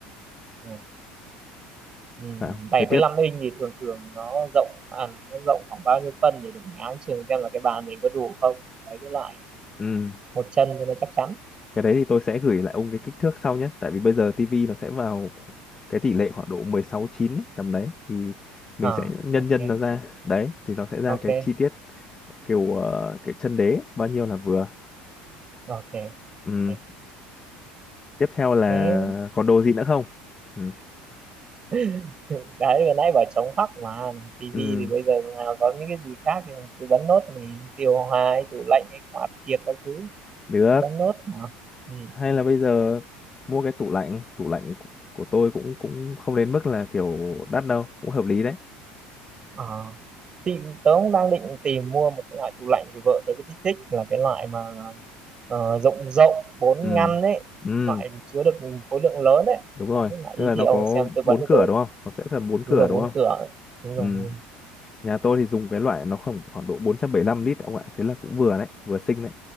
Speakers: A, on the right (about 20°); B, on the left (about 15°).
A: ừ. Ừ,
B: sao
A: bảy
B: thế
A: mươi
B: tiếp
A: lăm inch thì thường thường nó rộng à nó nó rộng khoảng bao nhiêu phân để mình áng chừng xem là cái bàn mình có đủ không đấy cái lại
B: ừ
A: một chân cho nó chắc chắn
B: cái đấy thì tôi sẽ gửi lại ông cái kích thước sau nhé tại vì bây giờ tivi nó sẽ vào cái tỷ lệ khoảng độ 16 9 ấy, tầm đấy thì mình
A: à
B: sẽ nhân
A: ok
B: nhân nó ra đấy thì nó sẽ ra
A: ok
B: cái chi tiết kiểu ờ, cái chân đế bao nhiêu là vừa
A: ok
B: ừ.
A: ok
B: tiếp theo là
A: thế
B: còn đồ gì nữa không ừ.
A: <laughs> đấy vừa nãy bảo chống hoắc mà tivi
B: Ừ.
A: thì bây giờ mà có những cái gì khác thì mình cứ bấm nốt mình điều hòa hay tủ lạnh hay quạt kiệt các thứ
B: được
A: cứ bấm nốt mà ừ.
B: hay là bây giờ mua cái tủ lạnh tủ lạnh của của tôi cũng cũng không đến mức là kiểu đắt đâu cũng hợp lý đấy
A: à. thì tớ cũng đang định tìm mua một cái loại tủ lạnh thì vợ tớ cứ thích thích là cái loại mà ờ, rộng rộng bốn
B: ừ.
A: ngăn ấy
B: Ừ.
A: loại chứa được khối lượng lớn ấy
B: đúng rồi
A: đấy là ý
B: tức là
A: thì
B: nó
A: ông
B: có
A: xem tư
B: bốn
A: vấn cho
B: cửa
A: tôi
B: đúng không nó sẽ cần bốn
A: đúng
B: cửa
A: rồi bốn
B: đúng không
A: cửa đúng
B: ừ.
A: rồi đúng rồi.
B: nhà tôi thì dùng cái loại nó khoảng khoảng độ 475 lít ông ạ thế là cũng vừa đấy vừa xinh đấy